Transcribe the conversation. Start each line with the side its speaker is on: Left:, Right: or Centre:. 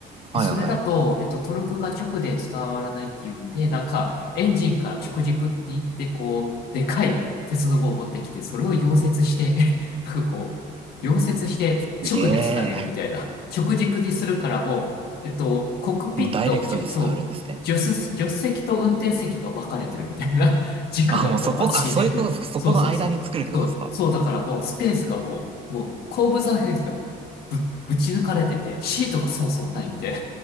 Left: で、
Right: はい、
Left: それだと、
Right: はい。
Left: えっと、トルクが直で伝わらないっていうんで、なんか、エンジンから直軸って言って、こう、でかい鉄の棒を持ってきて、それを溶接して、<laughs> なんかこう、溶接して直でつなげるみたいな。
Right: すげえ。
Left: 直軸にするからもう、えっと、コックピット、
Right: もうダイレクトに伝わるんですね。
Left: じゅ、そう、助手、助手席と運転席が分かれてるみたいな。<laughs> 軸がこう、
Right: あ、もうそこ、
Left: バチッ。
Right: あ、そういうことそこの間に作るってことですか。
Left: <laughs> そうそうそう。そう、そうだからもう、スペースがもう、もう、後部座席でもぶち抜かれてて、シートがそもそもないんで